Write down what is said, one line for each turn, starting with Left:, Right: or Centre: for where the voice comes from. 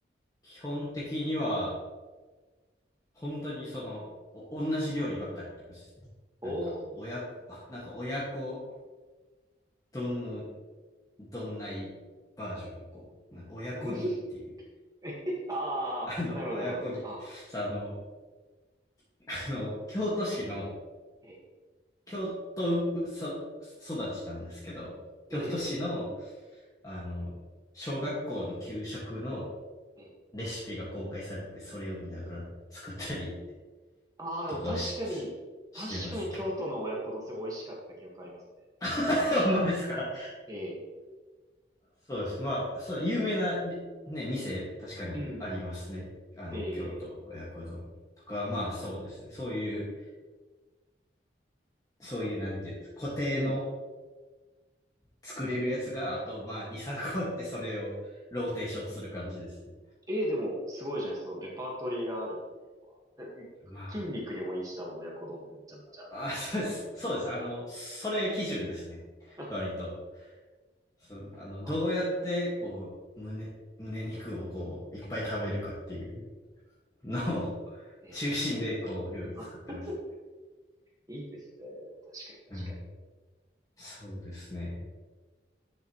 Left: 基本的には、本当にその、お、同じ料理ばっかやってますね。
Right: おお
Left: なんか、親子、なんか親子丼のどんないバージョンをこう、な親子にっていう、
Right: ー。<laughs> ああ、
Left: <laughs> あの、
Right: なるほど、
Left: 親子に、
Right: なるほど。ああ、
Left: さ、あの、<laughs> あの、京都市の、
Right: ええ、
Left: 京都うそ育ちなんですけど、
Right: ええ、
Left: 京都市の、あの、小学校の給食の
Right: ええ。
Left: レシピが公開されて、それを見ながら作ったり
Right: あ <laughs> あ、でも確かに、
Left: とかをし、してますね。
Right: 確かに京都の親子丼すごい美味しかった記憶ありますね。
Left: <laughs> ほんまですか
Right: ええ、
Left: そうです。まあ、そう、有名な、ね、店、確かにありますね。
Right: うん、
Left: あの、
Right: ええ、
Left: 京都親子丼とか、
Right: いいです。
Left: まあそうですね。そういう、そういう、なんていうんですか、固定の
Right: うん。
Left: 作れるやつが、あと、まあ、2、3個あって、それをローテーションする感じですね。
Right: ええ、でも、すごいじゃないですか。そのレパートリーがあるっていうのは。でで筋肉にもいいし、
Left: ま
Right: 多分親子丼ってめちゃめちゃ。
Left: あ、あ、そうです。そうです。あの、それ基準ですね。
Right: <laughs>
Left: 割と。そのあの、どうやって、
Right: あ、
Left: こう、胸、胸肉をこう、いっぱい食べるかっていうのを <laughs>
Right: ええ。
Left: 中心で、こう、料理作ってます。
Right: <laughs> あいいですね。でも確かに確かに。
Left: うん。そうですね。